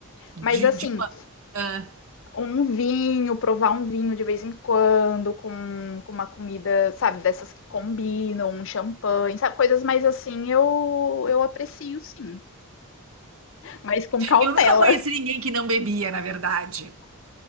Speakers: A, on the right (about 70°); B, on the left (about 60°).
A: de,
B: Mas assim,
A: de uma... ah.
B: um vinho, provar um vinho de vez em quando, com, com uma comida, sabe, dessas que combinam, um champanhe, sabe, coisas mais assim, eu, eu aprecio sim, mas com cautela.
A: Eu nunca conheci ninguém que não bebia, na verdade.